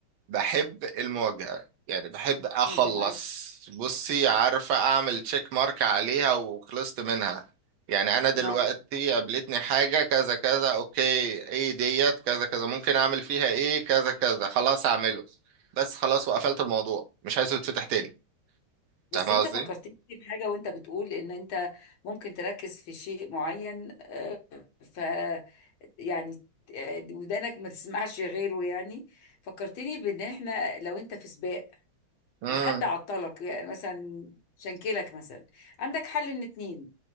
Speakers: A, on the right; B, on the left.
A: بحب المواجهة يعني بحب أخلص
B: مم. معاك
A: بصي عارفة أعمل تشيك مارك عليها وخلصت منها يعني أنا دلوقتي
B: معاك
A: قابلتني حاجة كذا كذا أوكي إيه ديت كذا كذا ممكن أعمل فيها إيه كذا كذا خلاص أعمله بس خلاص وقفلت الموضوع مش عايزه يتفتح تاني
B: بس
A: فاهم قصدي؟
B: انت فكرتني بحاجة وانت بتقول ان انت ممكن تركز في شيء معين آه، ف يعني آه، ودانك ما تسمعش غيره يعني فكرتني بان احنا لو انت في سباق
A: امم
B: وحد عطلك يعني مثلا شنكلك مثلا عندك حل من اتنين